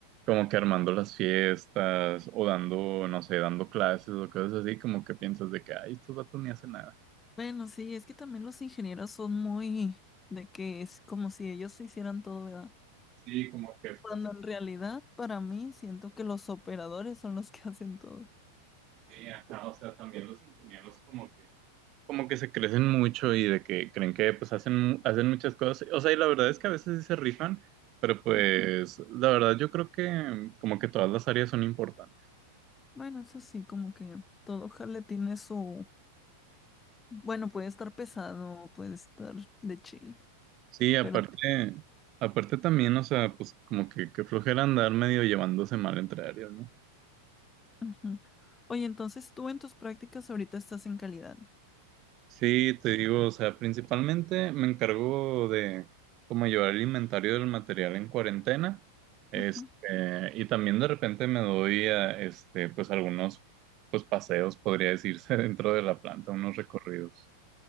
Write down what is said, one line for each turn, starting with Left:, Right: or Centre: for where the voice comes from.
Right: como que armando las fiestas o dando, no sé, dando clases o cosas así, como que piensas de que, ay, estos vatos ni hacen nada.
Left: Bueno, sí, es que también los ingenieros son muy de que es como si ellos hicieran todo, ¿verdad?
Right: Sí, como que
Left: Cuando
Right: pues
Left: en realidad para mí siento que los operadores son los que <laughs> hacen todo.
Right: Sí, ajá, o sea, también los ingenieros como que, como que se crecen mucho y de que creen que pues hacen, hacen muchas cosas. O sea, y la verdad es que a veces sí se rifan, pero pues
Left: Mm.
Right: la verdad yo creo que como que todas las áreas son importantes.
Left: Bueno, eso sí, como que todo jale tiene su... Bueno, puede estar pesado, puede estar de chill,
Right: Sí, aparte,
Left: pero...
Right: aparte también, o sea, pues como que, que flojera andar medio llevándose mal entre áreas, ¿no?
Left: ujú. Oye, entonces tú en tus prácticas ahorita estás en calidad.
Right: Sí, te digo, o sea, principalmente me encargo de como llevar el inventario del material en cuarentena, este,
Left: Ujú.
Right: y también de repente me doy a, este, pues algunos, pues paseos, podría decirse, <laughs> dentro de la planta, unos recorridos.